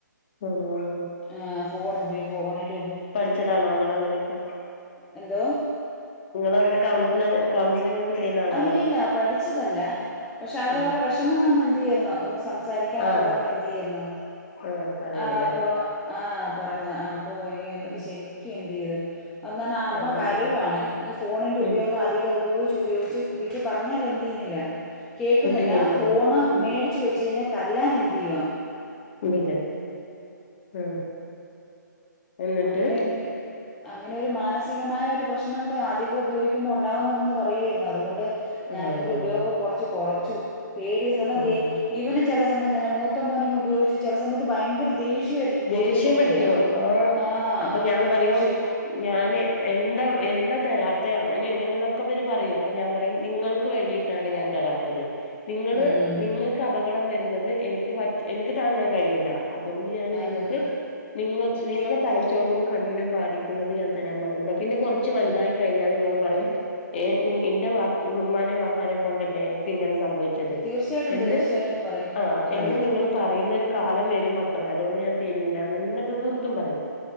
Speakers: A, on the left; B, in the centre.
A: ആണോ
B: ആ ഫോണുപയോഗിക്കുന്ന ഫോണിന്റെ
A: താണോ നിങ്ങൾ അങ്ങനെയൊക്കെ
B: എന്തോ
A: നിങ്ങളൊരു കൗൻസിലറെ കൗൻ ഞങ്ങക്ക് ചെയ്യുന്ന ആളാണോ
B: അല്ലല്ല പഠിച്ചതല്ല പക്ഷെ അവരവരുടെ
A: ഉം
B: വിഷമം വന്ന് എന്തു ചെയ്യുന്ന ഒ സംസാരിക്കാനൊക്കെ
A: ആഹ്
B: പറഞ്ഞാ എന്ത് ചെയ്യായിരുന്നു
A: ആഹ് പറയൂല്ലേ
B: ആ അപ്പ ആഹ പറഞ്ഞു ആ അപ്പ എനിക്ക്
A: ആഹ്
B: ശരിക്കും എന്ത് ചെയ്തു അൽ ആ അമ്മ
A: നല്ല
B: കരയു
A: ശീലം
B: ആണേ. ഈ ഫോണിന്റെ ഉപയോഗം
A: ഉം
B: അധികം ഉപയോഗിച്ച് ഉപയോഗിച്ച് വീട്ടിൽ പറഞ്ഞൽ ചെയ്യുന്നില്ല കേക്കുന്നില്ല
A: കുട്ടി കേൾക്കുന്നു
B: ആ ഫോണ്
A: ഉം
B: മേടിച്ച് വെച്ച് കഴിഞ്ഞാൽ തല്ലാൻ എന്ത് ചെയ്യവാ
A: ഉം എന്നിട്ട്
B: അങ്ങനെ എന്ത് അങ്ങനെ ഒരു മാനസികമായ ഒരു പ്രശ്നങ്ങൾ അധികം ഉപയോഗിക്കുമ്പോൾ ഉണ്ടാകുന്നുണ്ടെന്ന് പറയായിരുന്നു അതുകൊണ്ട് അ ത് ഞാനതിൻ്റെ
A: ആഹ്
B: ഉപയോഗം കുറച്ച് കുറച്ചു പേടിയ ഈ സാധനത്തെ.
A: ആഹ്
B: ഇവനും ചില സമയത്ത് തന്നെ മൂത്ത മോനിങ് ഉപയോഗിച്ചു ചില സമയത്ത് ഭയങ്കര ദേഷ്യായിരിക്കും കൊടുത്തില്ലെങ്കിലേ
A: ദേഷ്യം പിടിക്കോ ആഹ്
B: ആ
A: അപ്പൊ
B: ഭയങ്കര
A: ഞാൻ പറയും
B: ദേഷ്യ
A: ഞാന് എന്താ, എന്താ തരാത്ത അങ്ങനെ എങ്ങനെയെന്നൊക്കെ അവര് പറയൂ അപ്പൊ ഞാൻ പറയും നിങ്ങൾക്ക് വേണ്ടിട്ട ട്ടാണ് ഞാൻ തരാത്തത് നിങ്ങള്
B: ഉം
A: നിങ്ങൾക്ക് അപകടം വരുന്നത് എനിക്ക്, എനിക്ക് താങ്ങാൻ കഴിയൂല അതുകൊണ്ട് ഞാന്
B: അത്
A: നിങ്ങക്ക്
B: തന്നെ
A: നിങ്ങൾ നിങ്ങളെ തലച്ചോറിനും കണ്ണിനും ബാധിക്കുന്നത് ഞാൻ തരാൻ പാടുണ്ടോ പിന്നെ കുറച്ച് വലുതായി കഴിഞ്ഞാൽ നിങ്ങൾ പറയും. ഏ എന്റെ ഉമ്മാനെ വാപ്പാനെ കൊണ്ടല്ലേ എനിക്ക് ഇങ്ങനെ സംഭവി
B: തീർച്ചയായിട്ടും
A: എന്ന്
B: തീർച്ചയായിട്ടും പറയും
A: ആഹ്
B: പറയും
A: എന്ന് നിങ്ങൾ പറയുന്നൊരു കാലം വരും മക്കളെ അതുകൊണ്ട് ഞാൻ തരൂലന്നെ തീർത്തും പറയും